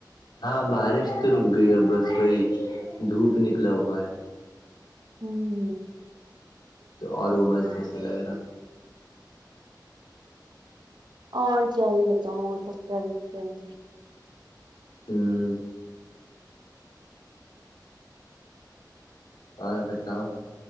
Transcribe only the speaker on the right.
ہوں
اور کیا ہی بتاؤں اور سب س